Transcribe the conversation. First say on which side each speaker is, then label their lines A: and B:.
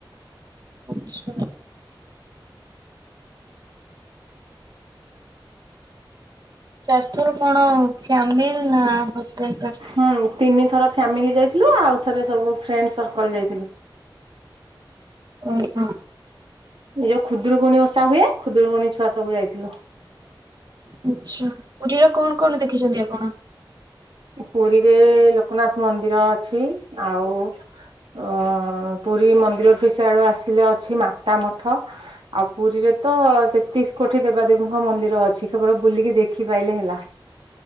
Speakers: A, on the right; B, on the right.
A: ଆଛା। ଚାରିଥର କଣ ଫ୍ୟାମିଲ ନା ହଜବେଣ୍ଟ ଙ୍କ ସହିତ।
B: ହୁଁ ତିନି ଥର ଫ୍ୟାମିଲି ଯାଇଥିଲୁ ଆଉ ଥରେ ସବୁ ଫ୍ରେଣ୍ଡ ସର୍କଲ ଯାଇଥିଲୁ।
A: ଓହୋ।
B: ଏ ଯୋଉ ଖୁଦରୁକୁୁଣି ଓଷା ହୁଏ ଖୁଦୁରୁକୁୁଣି ଛୁଆ ସବୁ ଯାଇଥିଲୁ।
A: ଆଚ୍ଛା ପୁରୀର କଣ କଣ ଦେଖିଛନ୍ତି ଆପଣ?
B: ପୁରୀରେ ଲୋକନାଥ ମନ୍ଦିର ଅଛି ଆଉ ଅ ପୁରୀ ମନ୍ଦିରଠୁ ସେଆଡୁ ଆସିଲେ ଅଛି ମାତା ମଠ ଆଉ ପୁରୀରେ ତ ତେତିଶ କୋଟି ଦେବାଦେବୀଙ୍କ ମନ୍ଦିର ଅଛି କେବଳ ବୁଲିକି ଦେଖିପାଇଲେ ହେଲା।